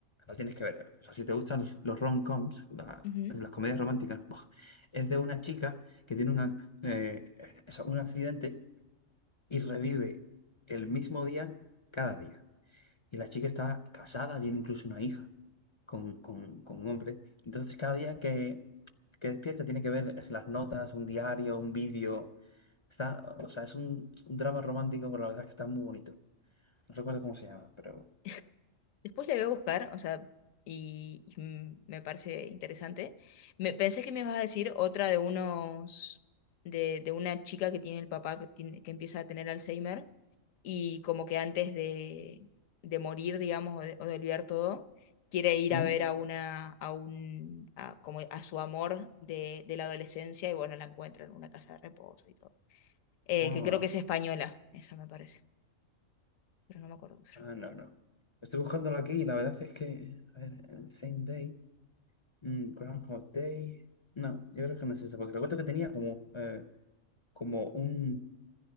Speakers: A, on the left; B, on the left.
A: la tienes que ver. O sea, si te gustan los, los rom-coms, la-
B: Ujú,
A: las comedias románticas, ¡buah! es de una chica que tiene un ac- eh, eh, eso, un accidente y revive el mismo día cada día. Y la chica está casada, tiene incluso una hija con, con- con un hombre. Entonces, cada día que, que despierta tiene que ver es las notas, un diario, un vídeo. Está, o sea, es un, un drama romántico, pero la verdad es que está muy bonito. No recuerdo cómo se llama, pero...
B: Ok. Después le voy a buscar, o sea, y, y, mm, me parece interesante. Me, pensé que me ibas a decir otra de unos, de, de una chica que tiene el papá que, tiene, que empieza a tener Alzheimer y como que antes de, de morir, digamos, o de, o de olvidar todo, quiere ir
A: ¿Mm?
B: a ver a una, a un, a, como a su amor de, de la adolescencia y bueno, la encuentra en una casa de reposo y todo. Eh,
A: Ah,
B: que creo que es española, esa me parece, pero no me acuerdo cómo se llama.
A: ah, no, no. Estoy buscándolo aquí y la verdad es que... A ver, el Same Day. mm, Groundhog Day. No, yo creo que no es este, porque recuerdo que tenía como, eh, como un,